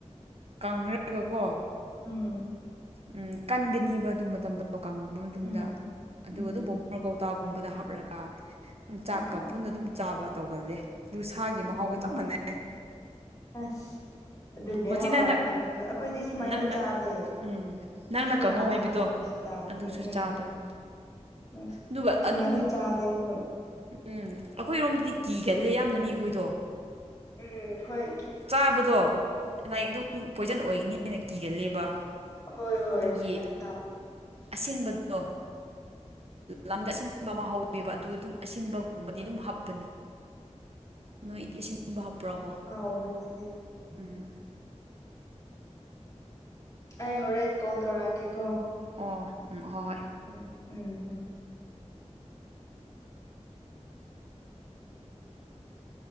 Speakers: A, on the right (about 60°); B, on the left (about 30°).
A: ꯀꯪꯂꯪꯔꯒꯀꯣ
B: ꯎꯝ
A: ꯎꯝ ꯀꯟꯒꯅꯤꯕ ꯑꯗꯨ ꯃꯇꯝꯗꯣ ꯀꯪꯕ ꯃꯇꯨꯡꯗ
B: ꯎꯝ
A: ꯑꯗꯨꯒ
B: ꯎꯝ
A: ꯑꯗꯨꯝꯕ ꯀꯥꯎ ꯍꯞꯇꯥꯒꯨꯝꯕꯗ ꯍꯥꯞꯂꯒ ꯑꯗꯨꯝ ꯆꯥꯛꯀ
B: ꯎꯝ
A: ꯄꯨꯟꯅ ꯑꯗꯨꯝ ꯆꯥꯕ ꯇꯧꯒꯜꯂꯦ ꯁꯥꯒꯤ
B: ꯑꯣ
A: ꯃꯍꯥꯎꯒ ꯆꯞ ꯃꯥꯟꯅꯩ
B: ꯑꯁ ꯑꯗꯨꯗꯤ
A: ꯍꯧꯖꯤꯛ
B: ꯍꯥꯎꯔꯝꯒꯅꯤꯁꯨꯣ
A: ꯅꯪꯅ
B: ꯑꯩꯈꯣꯏꯗꯤ ꯁꯨꯃꯥꯏꯅ
A: ꯅꯪꯅ
B: ꯆꯥꯗꯦ
A: ꯎꯝ ꯅꯪꯅ
B: ꯃꯁꯤꯅ
A: ꯀꯥꯡꯉꯧ
B: ꯑꯍꯥꯟꯕꯅꯤ
A: ꯍꯥꯏꯕꯗꯣ
B: ꯁꯤꯇꯝꯁꯦ
A: ꯑꯗꯨꯁꯨ
B: ꯎꯝ
A: ꯆꯥꯕꯅꯤ
B: ꯑꯁ
A: ꯑꯗꯨꯒ
B: ꯁꯨꯃꯥꯏꯅ
A: ꯑꯗꯨ
B: ꯆꯥꯗꯦ ꯑꯩꯈꯣꯏ
A: ꯎꯝ ꯑꯩꯈꯣꯏꯔꯣꯝꯗꯗꯤ ꯀꯤꯒꯜꯂꯦ ꯌꯥꯝ ꯝꯅꯅꯤꯈꯨꯣꯏꯗꯣ
B: ꯎꯝ ꯍꯣꯏꯦ
A: ꯆꯥꯕꯗꯣ ꯂꯥꯏꯛ ꯑꯗꯨꯝ ꯄꯣꯏꯖꯟ ꯑꯣꯏꯒꯅꯤꯅ ꯀꯤꯒꯜꯂꯦꯕ
B: ꯍꯣꯏ ꯍꯣꯏ
A: ꯑꯗꯨꯒꯤ
B: ꯃꯥꯏ ꯊ
A: ꯑꯁꯤꯟꯕꯗꯣ ꯂꯝꯗ ꯑꯁꯤꯟꯕ ꯑꯃ ꯍꯧꯋꯦꯕ ꯑꯗꯨ ꯑꯗꯨꯝ ꯑꯁꯤꯟꯕꯒꯨꯝꯕꯗꯤ
B: ꯎꯝ
A: ꯑꯗꯨꯝ ꯍꯥꯞꯄꯅꯤ ꯅꯣꯏꯗꯤ ꯑꯁꯤꯟꯕ ꯍꯥꯄ ꯄ꯭ꯔꯕꯣ
B: ꯎꯝ ꯍꯥꯎꯕꯅꯤꯗꯤ
A: ꯎꯝ
B: ꯑꯩ ꯍꯣꯔꯦꯟ ꯀꯣꯜ ꯇꯧꯔꯛꯀꯦꯀꯣ
A: ꯑꯣ ꯎ ꯍ ꯍꯣꯏ
B: ꯎꯝ ꯎꯝꯝ
A: <inaudible>